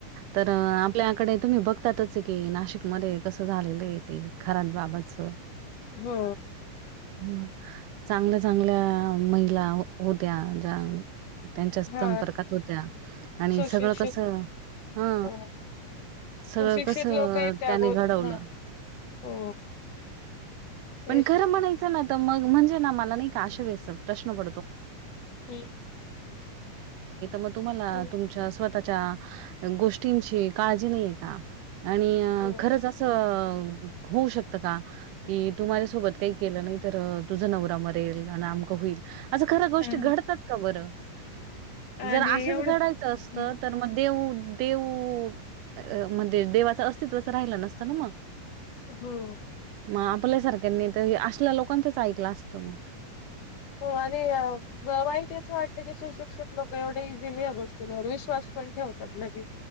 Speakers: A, on the right (about 80°); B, on the left (about 70°).
A: तर आपल्याकडे तुम्ही बघतातच की नाशिक मध्ये कसं झालेलं खर बाबतच
B: हो
A: ह चांगल्या चांगल्या महिला होत्या ज्या त्यांच्या
B: हा
A: संपर्कात होत्या आणि
B: सुशिक्षित
A: सगळं कस हा
B: अ
A: सगळं
B: सुशिक्षित
A: कसं
B: लोक आहेत त्या
A: त्याने
B: गो
A: घडवलं
B: हा हो तेच
A: पण खरं म्हणायचं ना म्हणजे मला प्रश् पो ज मव
B: हम्म
A: मग तुम्हाला
B: हम्म,
A: तुमच्या त्याच्या गोष्टींची काळजी नाहीये का आणि
B: हो
A: खरच असं होऊ शक का की तू माझ्यासोबत काही केलं नाही तर तुझ नव मरेल आणि आम होईल खर गोष्टी
B: हा
A: घडतात का बरं
B: आणि
A: जर असंच
B: एवढं
A: घडायचं
B: हम्म
A: असत तर मग देऊ देव अ म्हणजे देवाचं अस्तित्वच राहिलं नसतं ना मग
B: हो
A: मग आपल्या सारख्यानी तर असल्या लोकांचंच ऐकलं असतं मग
B: हो आणि वाईट असं वाटत की सुशिक्षित लोक एवढे इझी नाही आहे गोष्टींवर विश्वास पण ठेवतात लगे